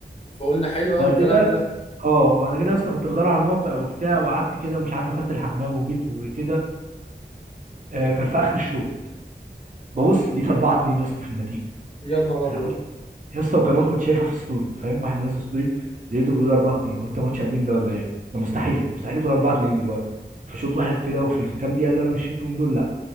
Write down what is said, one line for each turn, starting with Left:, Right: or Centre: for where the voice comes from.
Left: فقلنا حلو قوي
Right: بعد
Left: الكلام
Right: كده
Left: ده
Right: اه وبعد كده يا اسطى كنت بدور على الموقع وبتاع وقعدت كده مش عارف دخلت الحمام وجيت وكده آه كان في اخر الشوط ببص
Left: اه
Right: لقيت 4 2 يا اسطى في النتيجه
Left: يا نهار
Right: انا
Left: ابيض
Right: يا اسطى وكمان كنت شايفها في ستوري فاهم واحد منزل ستوري لقيته بيقول 4 2 قلت ده ماتش قديم ده ولا ايه ده مستحيل مستحيل يكون 4 2 دلوقتي فشوط واحد كده وفي الكام دقيقه اللي انا مشيتهم دول لا